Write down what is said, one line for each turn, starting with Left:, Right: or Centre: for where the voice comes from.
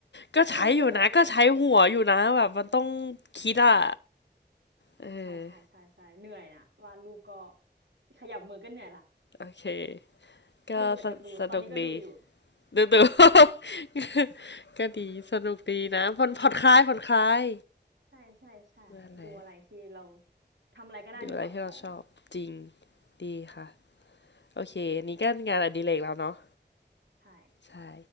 Left: ก็ใช้อยู่นะก็ใช้หัวอยู่นะแบบมันต้อง
Right: วาดรูปก็ใช้แรง
Left: คิดอ่ะ
Right: ใช่
Left: เออ
Right: ใช่ใช่ใช่ใช่เหนื่อยนะวาดรูปก็ขยับมือก็เหนื่อยละ
Left: โอเคก็สสนุกดี
Right: <laughs> ดูแต่การ์ตูนตอนนี้ก็ดูอยู่
Left: ดูดู <laughs> ก็ดีสนุกดีนะผ่อนผ่อนคลายผ่อนคลาย
Right: ใช่ใช่ใช่ดูอะไรที่เรา
Left: นั่นแหละ
Right: ทำอะไรก็ได้ที่ถอดสมอง
Left: ดูอะไรที่เราชอบจริงดีค่ะ โอเคอันนี้ก็งานอดิเรกแล้วเนาะ
Right: ใช่
Left: ใช่